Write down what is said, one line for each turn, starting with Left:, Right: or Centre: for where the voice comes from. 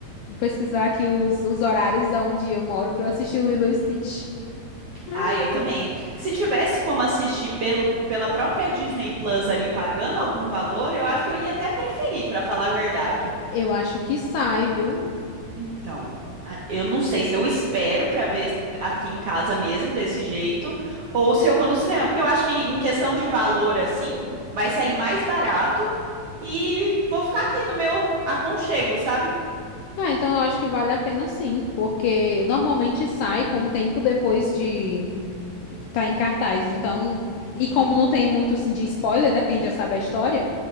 Left: vou pesquisar aqui os, os horários onde eu moro pra eu assistir o Lilo e Stitch. Ah,
Right: Ah, eu
Left: isso.
Right: também. Se tivesse como assistir pelo, pela própria Disney Plus ali pagando algum valor, eu acho que eu ia até preferir, pra falar a verdade.
Left: eu acho que sai, viu?
Right: Então, a- eu não sei se eu espero pra ver aqui em casa mesmo desse jeito ou se eu vou no cinema, porque eu acho que em questão de valor assim, vai sair mais barato e vou ficar aqui no meu aconchego, sabe?
Left: Ah, então eu acho que vale a pena sim, porque normalmente sai com um tempo depois de estar em cartaz. Então,
Right: Uhum.
Left: e como não tem muito assim de spoiler, né? Porque a gente já sabe a história.